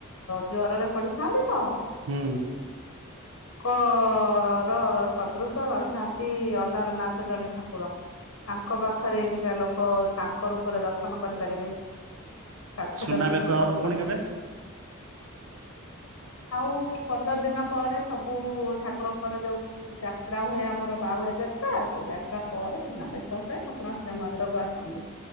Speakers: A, on the left (about 75°); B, on the right (about 80°).
A: ଜ୍ୱରରେ ପଡିଥାନ୍ତି ତ।
B: ହୁଁ।
A: କ କର ସଦୃଶ ରହିଥାନ୍ତି ଅଲାରନାଥ ଜଣେ ଠାକୁର। ତା ତାଙ୍କ ପାଖରେ ଏନିକା ଲୋକ ତାଙ୍କ ରୂପରେ ଦର୍ଶନ କରିପାରିବେ। ସାକ୍ଷାତ
B: ସୁନାବେଶ
A: ବିଷ୍ଣୁଙ୍କ
B: ହବ
A: ରୂପରେ
B: ପୁଣି କେବେ?
A: କୁ ପନ୍ଦର ଦିନ ପରେ ସବୁ ଠାକୁରଙ୍କର ଯୋଉ ଯାତ୍ରା ହୁଏ ଆମର ବାହୁଡା ଯାତ୍ରା ସେ ଯାତ୍ରା ପରେ ସୁନାବେଶ <inaudible> ଠାକୁର ଶ୍ରୀ ମନ୍ଦିରକୁ ଆସନ୍ତି।